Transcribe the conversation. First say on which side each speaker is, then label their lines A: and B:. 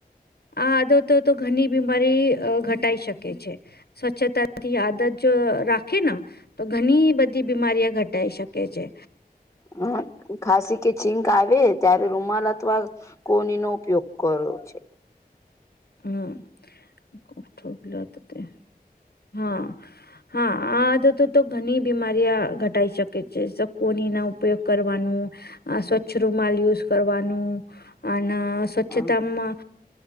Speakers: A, on the left (about 75°); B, on the left (about 20°).
A: આદોતો તો ઘણી બીમારી ઘટાઈ શકે છે. સ્વચ્છતાથી આદત જો રાખે તો ઘણી બધી બીમારી ઘટ ટાઈ શકે છે.
B: હા ખાસી કે છીંક આવે ત્યારે રૂમાલ અથવા કોની નો ઉપયોગ કરવો છે.
A: હમ <unintelligible> કલ હતા તે હા હા આધતો તો ઘણી બીમારી ઘટાઈ શકે છે કોની ના ઉપયોગ કરવાનું અ સ્વચ્છ રૂમાલ યુઝ કરવાનું અને સ્વચ્છતામાં
B: હા